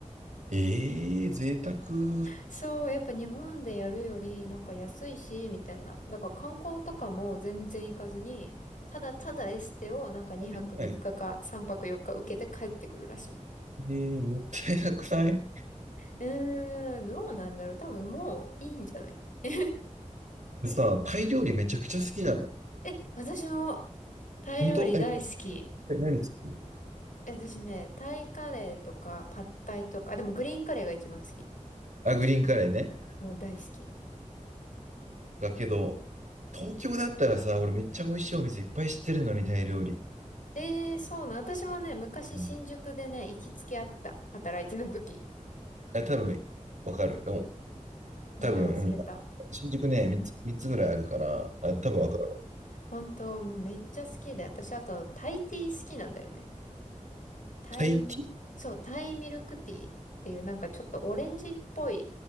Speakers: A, on the right; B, on the left.
A: ええー贅沢。は
B: そう、やっぱ日本でやるよりなんか安いし、みたいな。だから観光とかも全然行かずに、ただただエステをなんか2泊3日か3泊4日受けて帰ってくるらしい。
A: いええーもったいなくない
B: うーん、どうなんだろう。多分もういいんじゃない <laughs>
A: でさ、タイ料理めちゃくちゃ好きなの。
B: え、私もタイ料理大好き。
A: 本当え、え何好き
B: え私ね、タイカレーとかパッタイとか、あでもグリーンカレーが一番好き。
A: あ、グリーンカレーね。
B: もう大好き。
A: だけど、東京だったらさ、俺めっちゃ美味しいお店いっぱい知ってるのに、タイ料理。
B: えー、そうなん。私もね、昔新宿でね、
A: うん、
B: 行きつけあった。働いてた時。
A: あ、多分、わかる。お、多分、
B: 名前忘れた。
A: うん。新宿ね、3つ、三つぐらいあるから、あ、多分わかるわ。
B: 本当、もうめっちゃ好きで、私あとタイティー好きなんだよね。タイ、
A: タイティー
B: そう、タイミルクティーっていうなんかちょっとオレンジっぽい